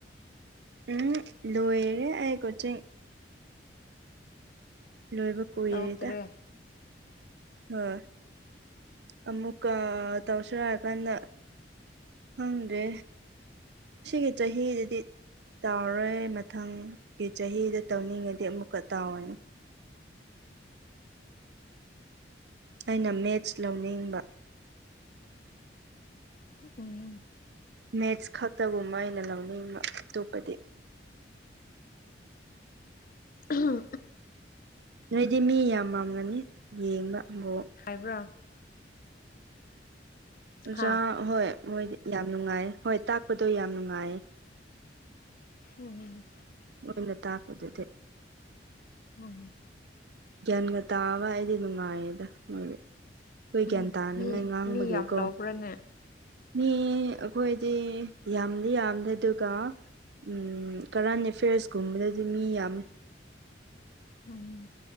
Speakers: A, on the right; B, on the left.
A: ꯎꯝ ꯂꯣꯏꯔꯦ ꯑꯩ ꯀꯣꯆꯤꯡ ꯂꯣꯏꯕ ꯀꯨꯏꯔꯦꯗ
B: ꯂꯧꯗ꯭ꯔꯦ
A: ꯍꯣꯏ ꯑꯃꯨꯛꯀ ꯇꯧꯁꯤꯔ ꯀꯟꯅ ꯈꯪꯗꯦ ꯁꯤꯒꯤ ꯆꯥꯍꯤꯁꯤꯗꯤ ꯇꯥꯎꯔꯣꯏ ꯃꯊꯪꯒꯤ ꯆꯍꯤꯗ ꯇꯧꯅꯤꯡꯉꯗꯤ ꯑꯃꯨꯛꯀ ꯇꯥꯎꯔꯅꯤ ꯑꯩꯅ ꯃꯦꯠꯁ ꯂꯧꯅꯤꯡꯕ
B: ꯑꯣ
A: ꯃꯦꯠꯁ ꯈꯛꯇꯒꯨꯝꯕ ꯑꯩꯅ ꯂꯧꯅꯤꯡꯕ ꯑꯇꯣꯞꯄꯗꯤ
B: ꯎꯝ
A: ꯅꯣꯏꯗꯤ ꯃꯤ ꯌꯥꯝꯃꯝꯒꯅꯤ ꯌꯦꯡꯕ ꯕꯣꯜ
B: ꯈꯥꯏꯕ꯭ꯔꯣ
A: ꯑꯣꯖꯥ
B: ꯍꯥ
A: ꯍꯣꯏ ꯃꯣꯏꯗꯤ ꯌꯥꯝ ꯅꯨꯡꯉꯥꯏ ꯍꯣꯏ ꯇꯥꯛꯄꯗꯣ ꯌꯥꯝ ꯅꯨꯡꯉꯥꯏꯌꯦ
B: ꯎꯝ ꯎꯝ
A: ꯅꯣꯏꯅ ꯇꯥꯛꯄꯗꯨꯗꯤ
B: ꯎꯝ
A: ꯒ꯭ꯌꯥꯟꯒ ꯇꯥꯕ ꯑꯩꯗꯤ ꯅꯨꯡꯉꯥꯏꯌꯦꯗ ꯃꯣꯏ ꯑꯩꯈꯣꯏ
B: ꯎꯝ
A: ꯒ꯭ꯌꯥꯟ ꯇꯥꯅꯉꯥꯏ
B: ꯃꯤ
A: ꯉꯥꯡꯕꯒꯤ
B: ꯃꯤ ꯌꯥꯝ
A: ꯀꯣ
B: ꯂꯧꯕ꯭ꯔꯥꯅꯦ
A: ꯃꯤ ꯑꯩꯈꯣꯏꯗꯤ ꯌꯥꯝꯗꯤ ꯌꯥꯝꯗꯦ ꯑꯗꯨꯒ ꯎꯝ ꯀꯔꯦꯟ ꯑꯦꯐꯤꯌꯔꯁꯀꯨꯝꯕꯗꯗꯤ ꯃꯤ ꯌꯥꯝꯃꯤ
B: ꯃꯅꯦ